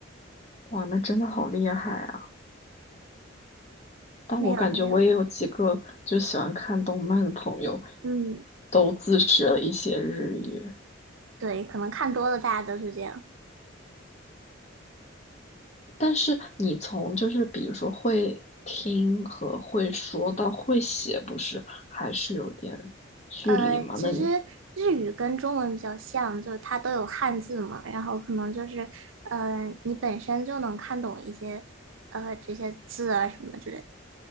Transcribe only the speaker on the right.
没有没有，嗯，
对，可能看多了大家都是这样。
呃，其实
日语跟中文比较像，就是它都有汉字嘛，然后可能就是，呃，你本身就能看懂一些，呃，这些字啊什么之，